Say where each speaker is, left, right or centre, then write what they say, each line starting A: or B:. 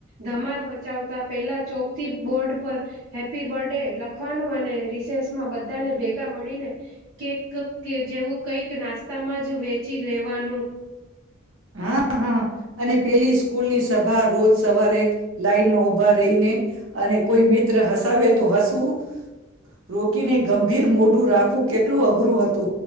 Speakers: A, on the right (about 60°); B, on the right (about 85°).
A: ધમાલ મચાવતા પેલા ચોક થી બોર્ડ પર હેપી બર્થડે લખવાનું અને રિસેસ માં બધાને ભેગા મળીને કેક જેવું કઈક નાસ્ સ્તામાં જ વેચી લેવાનું.
B: હા હા અને પેલી સ્કૂલની સભા રોજ સવારે લાઈન માં ઊભા રહીને અને કોઈ મિત્ર હસાવે તો હસવું રોકીને ગંભીર મોઢું રાખવું કેટલું અઘરું હ